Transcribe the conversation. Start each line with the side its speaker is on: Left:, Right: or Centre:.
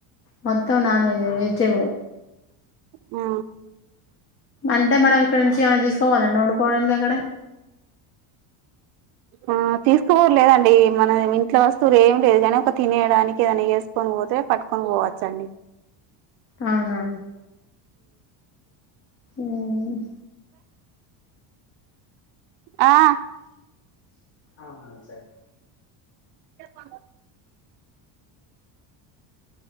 Left: మొత్తం నాన్ వెజే వెజిటబులే
Right: ఆ
Left: అంటే మనం ఇక్కడ నుంచి ఏమైనా తీస్కపోవాల అండి ఒండుకోడానికి అక్కడ
Right: ఆ తీస్కపోరు లేదండి మనం ఇంట్లో వస్తువులు ఏం లేదు గాని ఒక తినేయడానికి ఏదన్నా చేస్కొని పో పోతే పట్టుకొని పోవచ్చండి.
Left: అవునా ఊమ్
Right: ఆ
Left: ఆా సార్
Right: ఆ